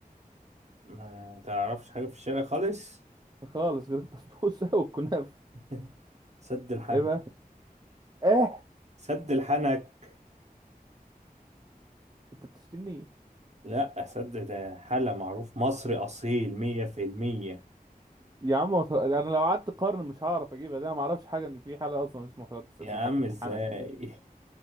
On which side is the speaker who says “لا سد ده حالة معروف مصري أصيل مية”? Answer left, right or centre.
Right